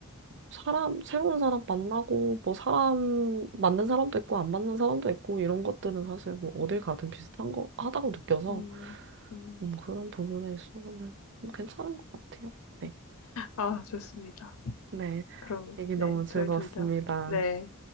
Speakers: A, on the right; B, on the left.
A: 사람, 새로운 사람 만나고, 뭐, 사람, 맞는 사람도 있고, 안 맞는 사람도 있고, 이런 것들은 사실 뭐, 어딜 가든 비슷한 거, 하다고 느껴서,
B: 음, 음.
A: 음, 그런 부분에 있어서는 뭐 괜찮은 것 같아요. 네.
B: 아, 좋습니다.
A: 네.
B: 그럼,
A: 얘기 너무
B: 네,
A: 즐거웠습니다.
B: 저희 둘 다, 네,